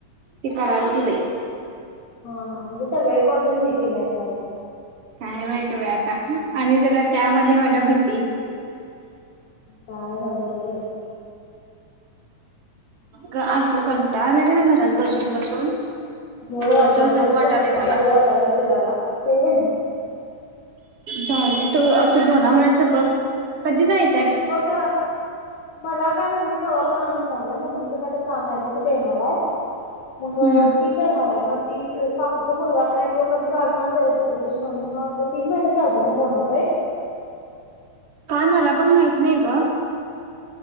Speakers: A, on the right; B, on the left.
A: ती करालती बाई.
B: हा हा म्हणजे सगळे कॉल त्यांनी, हे केले असणार आहेत.
A: काय माहिती बाई आता आणि जरा त्यामध्ये मला भीती
B: काय न्हवच बाई?
A: ग असलं कंटाळा आलाय कनी, घरात बसून बसून
B: होय
A: कुठे
B: आगं,
A: तर
B: खरंच
A: जाऊ वाटालय
B: कुठ तर
A: मला
B: जाऊ वाटालंय फिरायला? सेम
A: चालतय तु बोनाफाइटच बघ, कधी जायच?
B: मग मला काय मम्मी? कवा पण आण म्हणून सांगल्या, मम्मीच काय तर काम हाय ग? ते देणार हाय. मगअ
A: हम्म
B: ती करणार हाय मग. ती काकुचा मुलगा पण हाय, त्यो कधी काढून आणणार त्याच्या दुसऱ्या दिवशी मम्मी मग, तीन महिने चालतय ना बोनाफाईट. हम्म <inaudible>
A: काय मला पण माहित नाही ग?